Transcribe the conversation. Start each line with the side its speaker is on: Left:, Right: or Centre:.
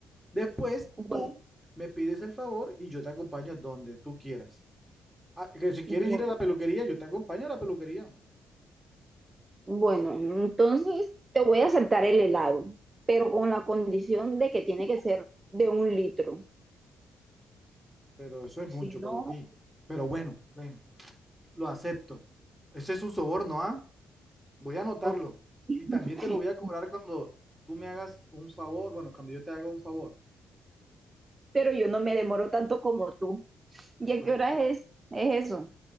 Centre: Después
Right: Bueno,
Centre: tú me pides el favor y yo te acompaño donde tú quieras. Ah, que si quieres
Right: bueno.
Centre: ir a la peluquería, yo te acompaño a la peluquería,
Right: Bueno, entonces te voy a saltar el helado, pero con la condición de que tiene que ser de un litro.
Centre: pero eso es mucho
Right: Si no,
Centre: para ti. Pero bueno, bueno, lo acepto. Ese es un soborno, ¿ah? Voy a anotarlo.
Right: ok. <laughs>
Centre: Y también te lo voy a cobrar cuando tú me hagas un favor, bueno, cuando yo te haga un favor.
Right: Pero yo no me demoro tanto como tú. ¿Y a
Centre: Bueno,
Right: qué hora es, es eso?